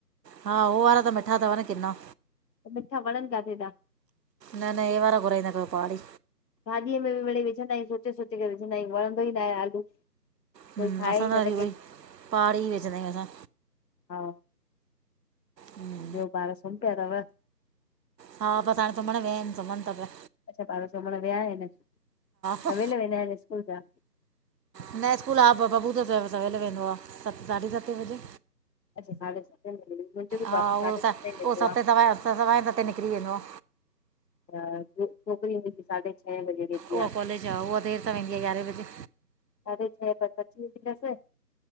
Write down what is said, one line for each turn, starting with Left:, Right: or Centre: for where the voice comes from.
Right: हा हो वारा त मिठा तव न किनां।
Left: मिठा वणनि किथे था
Right: न न हे वारा घुराईंदा कयो पहाड़ी।
Left: भाॼीअ में मिड़ई विझंदा आयूं सोचे सोचे करे विझंदा आयूं वणंदो ई न आए आलू।
Right: हम
Left: कोई खाए
Right: असां
Left: ई
Right: त
Left: न
Right: अरी
Left: कंहिं
Right: उएई पहाड़ी ई विझंदा आयूं असां।
Left: हा
Right: हूं
Left: ॿियो ॿार सुम पिया तव।
Right: हा बस हाणे सुमण विया अन सुमन ता पिया।
Left: अच्छा ॿार सुमण विया आइन सवेल
Right: हा
Left: वेंदा आइन स्कूल छा?
Right: न स्कूल हा ब बबू त सवेल वेंदो आ सत साढे सत बजे।
Left: अच्छा साढे सते में मुंहिंजो बि बाबू
Right: हा
Left: साढे
Right: उ
Left: सते
Right: स
Left: वेंदो
Right: उओ सत सवा‌ सते निकरी वेंदो आ।
Left: हा छो छोकरी वेंदी तई साढे छह बजे वेंदी
Right: उहा
Left: आहे
Right: कॉलज आ उआ देर सां वेंदी आ यारहे बजे।
Left: साडे छै बस अची वेंदी तस।